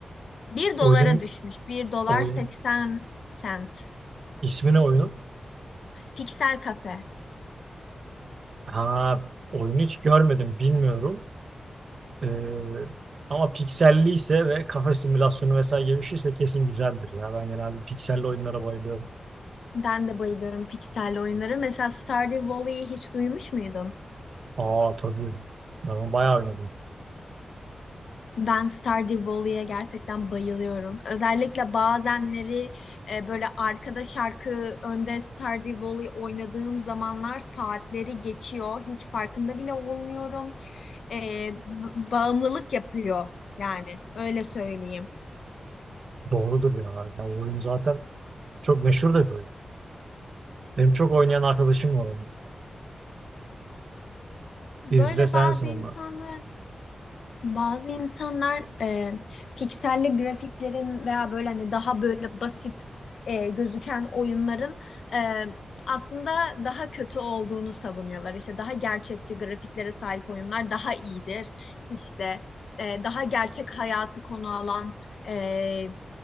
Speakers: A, on the left (about 80°); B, on the right (about 60°).
A: Bir dolara
B: Oyunun,
A: düşmüş. Bir dolar
B: oyun,
A: seksen sent.
B: ismini oyunun.
A: Pixel Cafe.
B: Ha, oyunu hiç görmedim bilmiyorum. Ee, ama pikselli ise ve kafe simülasyonu vesaire gibi bir şeyse kesin güzeldir ya. Ben genelde pikselli oyunlara bayılıyorum.
A: Ben de bayılıyorum pikselli oyunlara. Mesela Stardew Valley'i hiç duymuş muydun?
B: Aa tabii. Ben onu bayağı oynadım.
A: Ben Stardew Valley'e gerçekten bayılıyorum. Özellikle bazenleri e, böyle arkada şarkı önde Stardew Valley oynadığım zamanlar saatleri geçiyor. Hiç farkında bile olmuyorum. E, b- bağımlılık yapıyor yani öyle söyleyeyim.
B: Doğrudur ya. Ya o oyun zaten çok meşhur da bir oyun. Benim çok oynayan arkadaşım var onu.
A: Böyle
B: Birisi de sensin
A: bazı
B: onlar.
A: insanlar Bazı insanlar e, pikselli grafiklerin veya böyle hani daha böyle basit e, gözüken oyunların e, aslında daha kötü olduğunu savunuyorlar. İşte daha gerçekçi grafiklere sahip oyunlar daha iyidir. İşte e, daha gerçek hayatı konu alan e,